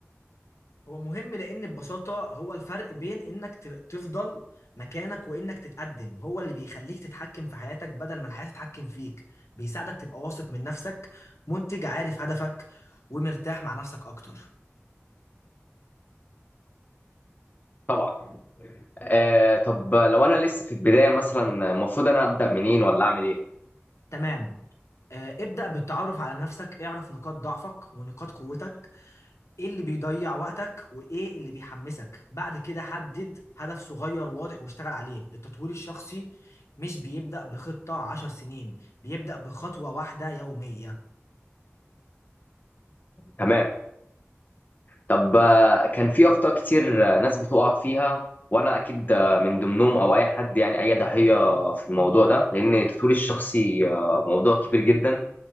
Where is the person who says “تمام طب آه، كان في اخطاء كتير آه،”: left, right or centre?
Left